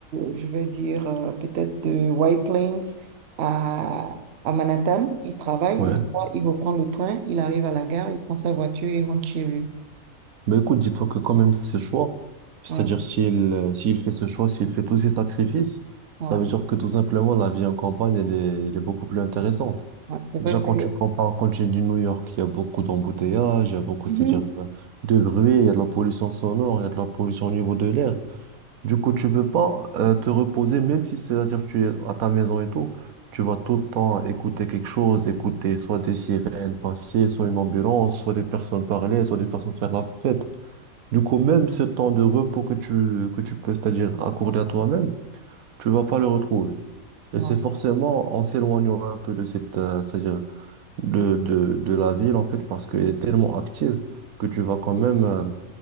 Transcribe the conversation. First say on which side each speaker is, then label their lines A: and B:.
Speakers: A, on the right; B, on the right.
A: je vais dire, euh, peut-être de White Plains à, à Manhattan. Il travaille.
B: Ouais.
A: Il reprend le train, il arrive à la gare, il prend sa voiture et il rentre chez lui.
B: Bah écoute, dis-toi que quand même ce choix, c'est-à-dire
A: Ouais,
B: s'il euh, s'il fait ce choix, s'il fait tous ces sacrifices,
A: ouais,
B: ça veut dire que tout simplement la vie en campagne, elle est, elle est beaucoup plus intéressante.
A: ouais, c'est vrai,
B: Déjà,
A: c'est...
B: quand tu me compares, quand tu dis New York, il y a beaucoup d'embouteillages, il y a beaucoup,
A: Mhm.
B: c'est-à-dire euh, de bruit, il y a de la pollution sonore, il y a de la pollution au niveau de l'air. Du coup, tu peux pas euh, te reposer, même si c'est-à-dire tu es à ta maison et tout, tu vas tout le temps écouter quelque chose, écouter soit des sirènes passer, soit une ambulance, soit des personnes parler, soit des personnes faire la fête. Du coup, même ce temps de repos que tu, que tu peux, c'est-à-dire accorder à toi-même, tu vas pas le retrouver. Et
A: Ouais.
B: c'est forcément en s'éloignant un peu de cette, euh, c'est-à-dire de, de, de la ville, en fait, parce qu'elle est tellement active que tu vas quand même euh,